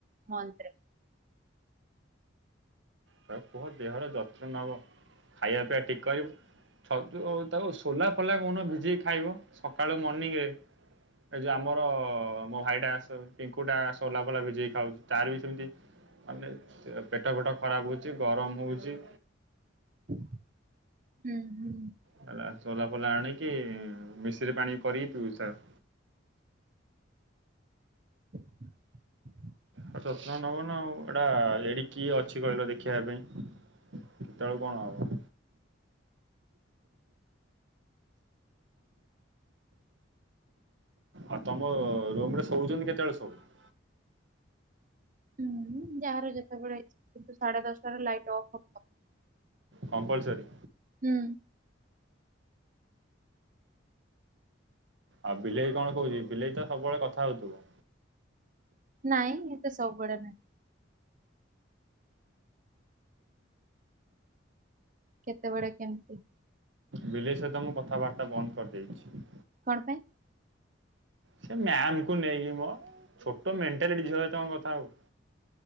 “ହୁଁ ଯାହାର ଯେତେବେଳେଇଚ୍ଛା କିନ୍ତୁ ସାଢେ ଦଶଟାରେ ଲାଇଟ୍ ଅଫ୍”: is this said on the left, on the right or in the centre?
Right